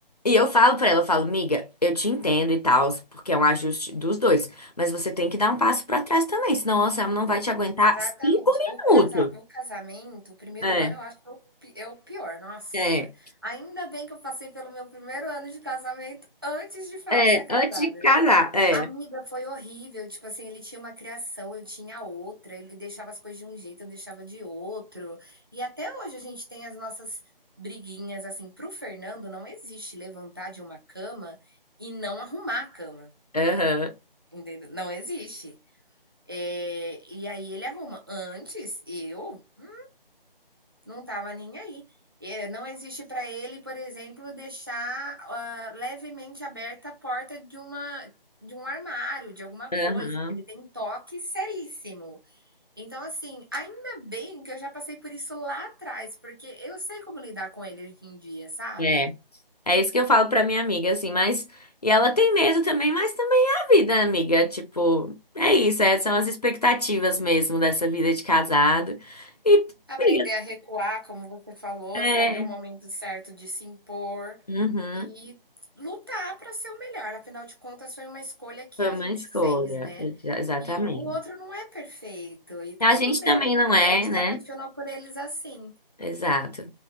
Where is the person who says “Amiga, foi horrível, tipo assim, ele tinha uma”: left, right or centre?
Right